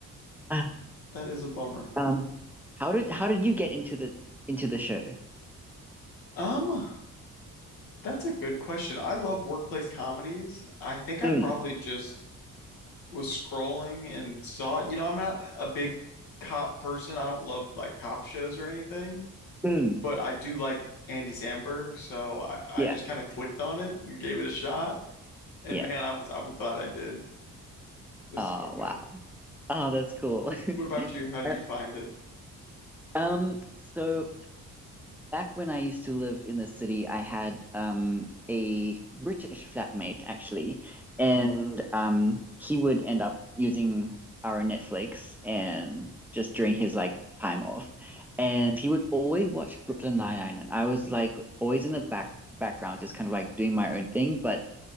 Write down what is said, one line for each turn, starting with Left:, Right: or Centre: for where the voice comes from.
Centre: Ah,
Left: That is a bummer.
Centre: um, how did how did you get into the into the show?
Left: Um, that's a good question. I love workplace comedies. I think I
Centre: Mm,
Left: probably just was scrolling and saw it. You know, I'm not a big cop person. I don't love like cop shows or anything,
Centre: mm,
Left: but I do like Andy Samberg, so I, I
Centre: yeah,
Left: just kind of clicked on it and gave it a shot. And
Centre: yeah.
Left: man, I was I was glad I did. It's
Centre: Oh
Left: so
Centre: wow.
Left: good.
Centre: Oh, that's cool. <laughs>
Left: What about you? How did
Centre: Uh,
Left: you find it?
Centre: Um, so Back when I used to live in the city, I had um, a British flatmate actually, and um, he would end up using our Netflix and just during his like time off, and he would always watch Brooklyn Nine-Nine, and I was like always in the back background, just kind of like doing my own thing, but